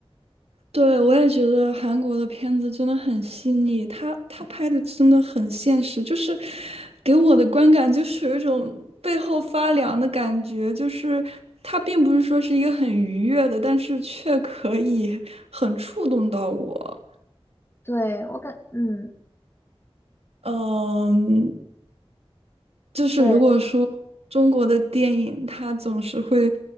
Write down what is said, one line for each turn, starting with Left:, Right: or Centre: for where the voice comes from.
Right: 对，我也觉得韩国的片子真的很细腻，他他拍的真的很现实，就是给我的观感就是有一种背后发凉的感觉，就是他并不是说是一个很愉悦的，但是却可以很触动到我。
Left: 对，我感，嗯，
Right: 嗯，就是如果说中国的电影，
Left: 对。
Right: 它总是会